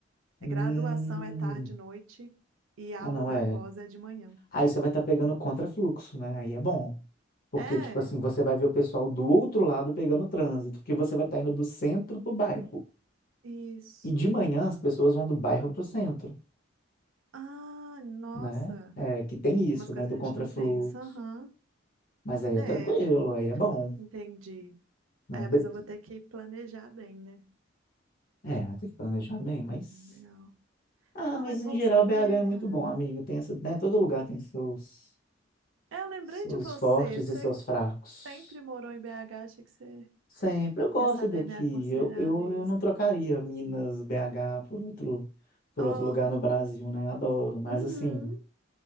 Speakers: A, on the right; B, on the left.
A: É,
B: Hum.
A: graduação é tarde e noite e aula
B: Ah, não,
A: da
B: é.
A: pós é de manhã.
B: Aí você vai estar pegando contrafluxo, né? Aí é bom. Porque,
A: É,
B: tipo assim, você vai ver o pessoal do outro lado pegando trânsito, porque você vai estar indo do centro para o bairro.
A: isso.
B: E de manhã as pessoas vão do bairro para o centro,
A: Ah, nossa.
B: né? É, que tem isso,
A: Umas coisas
B: né? Do
A: que
B: contrafluxo.
A: a gente não pensa. Aham.
B: Mas aí
A: É,
B: é tranquilo, aí é bom,
A: entendi.
B: né?
A: É,
B: De-
A: mas eu vou ter que planejar bem, né?
B: É, vai ter que planejar bem, mas...
A: É, Legal.
B: Ah,
A: Não,
B: mas
A: mas
B: em
A: bom
B: geral
A: saber,
B: BH é muito
A: cara.
B: bom, amigo. Tem essa, né? Todo lugar tem seus,
A: É, eu lembrei
B: seus
A: de você.
B: fortes
A: Você
B: e seus fracos.
A: sempre morou em BH, achei que você
B: Sempre, eu gosto
A: ia saber
B: daqui.
A: me aconselhar
B: Eu, eu,
A: mesmo.
B: eu não trocaria Minas, BH por outro, por
A: Ó,
B: outro lugar no Brasil, né? Adoro, mas
A: uhum.
B: assim,